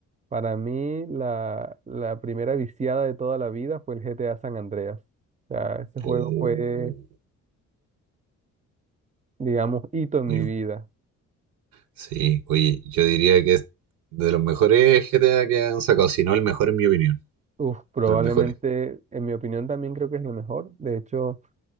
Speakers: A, on the right; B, on the right.
A: para mí, la, la primera viciada de toda la vida fue el GTA San Andreas. O sea, ese juego
B: Oh,
A: fue, digamos, hito en
B: oye,
A: mi vida.
B: sí, oye, yo diría que es de los mejores GTA que han sacado, si no el mejor en mi opinión.
A: Uf, probablemente,
B: De los mejores.
A: en mi opinión, también creo que es lo mejor. De hecho,